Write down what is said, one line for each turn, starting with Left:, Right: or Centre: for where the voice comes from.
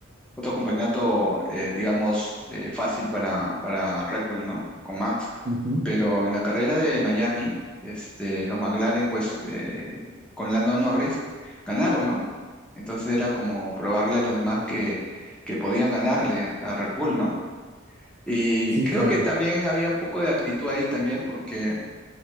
Centre: otro campeonato, eh, digamos, eh, fácil para, para Red Bull, ¿no? Con Max.
Right: Ujú.
Centre: Pero en la carrera de Miami, este, los McLaren, pues, eh, con Lando Norris, ganaron, ¿no? Entonces era como probarle a los demás que, que podían ganarle a Red Bull, ¿no? Y
Right: Sí,
Centre: creo
Right: claro.
Centre: que también había un poco de actitud ahí también, porque